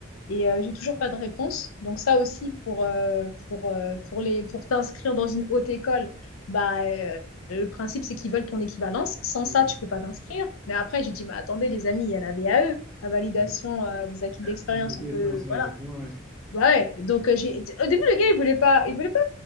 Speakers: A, on the left (about 85°); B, in the centre.
A: Et euh, j'ai toujours pas de réponse. Donc ça aussi, pour, euh, pour, euh, pour, les, pour t'inscrire dans une haute école, bah, euh, le principe, c'est qu'ils veulent ton équivalence. Sans ça,
B: Ouais,
A: tu peux pas t'inscrire. Mais après, j'ai dit, mais attendez, les amis, il y a la VAE, la validation
B: ouais.
A: euh, des acquis d'expérience.
B: Euh, Goûter
A: On peut,
B: l'expérience, ouais,
A: voilà.
B: exactement, ouais.
A: Ouais. Donc, euh, j'ai, au début, le gars, il voulait pas, il voulait pas